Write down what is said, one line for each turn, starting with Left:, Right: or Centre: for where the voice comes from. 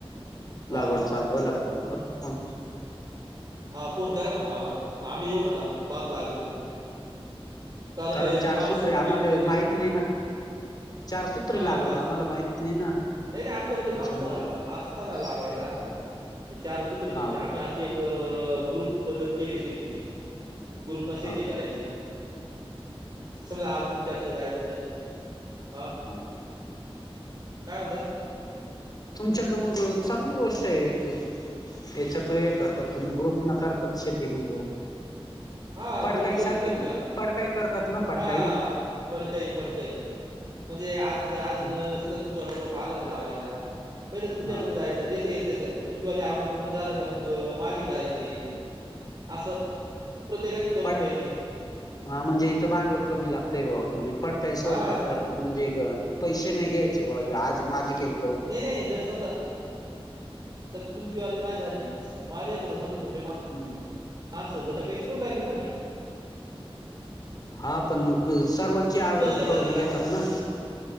Right: हा
Left: लागवड
Right: हा
Left: चालू झाला का मग करतो फोन.
Right: हा फोन करा ना मग आम्हाला, मग आम्ही येऊ ना भात लागवडीला.
Left: कारण
Right: काय
Left: चारसूत्रे
Right: माणसं पण
Left: आम्हाला
Right: भेटती ना
Left: माहित नाही
Right: हा
Left: ना चारसूत्री
Right: हा
Left: लागवड
Right: चार
Left: आम्हाला
Right: सुत्री
Left: माहित नाही ना.
Right: नाही नाही आमच्याकड
Left: त्याच्यामुळ
Right: माणस असताना
Left: मग
Right: लावायला ते चारसत्रीची
Left: हा
Right: म्हणजे आम्ही अशी एक ग्रुप पद्धत केलीय शेतीची. ग्रुपनं शेती
Left: हा
Right: करायची.
Left: हा
Right: सगळं आज तुमच्याकडं जायचं. आ
Left: हा
Right: काय म्हणता?
Left: तुमच्याकडं मग चांगली गोष्ट आहे एक याच्यातू हे करतात तुम्हीं ग्रुप न करतात शेती म्हणल्यावर
Right: हा
Left: पडकाई
Right: ग्रुप शेती
Left: सारखी
Right: करतोय
Left: ना
Right: आम्ही,
Left: पडकाई करतात ना पडकाई
Right: हा पडकाई पडकाई. म्हणजे आज आज
Left: एक
Right: समजा तुमचं वाल रोप आलं काय लावायला, पहिले तुमच्याकडे
Left: हा
Right: जायचं जसे येईल तुमच्या वाली आवनी पूर्ण झाला, का मग माझी करायची असं प्रत्येकाची करून
Left: पड
Right: द्यायची.
Left: हा म्हणजे इथं भांडवल कमी लागतय भाऊ तुम्ही पडकाई स्वरूपात
Right: हा
Left: करतात म्हणजे पैसे नाही घ्यायचे भो आज माझे केली
Right: नाही नाही जर समजा तुमची वाली माझी झाली माझ्याकड समजा तुम्
Left: हम्म.
Right: माणसं जर पैसे देऊन टाकेल ना मी.
Left: हा पण मग सर्वांची आगळ
Right: तुमच्याकडे नाही
Left: करून
Right: करते का
Left: घेतात
Right: असं
Left: ना?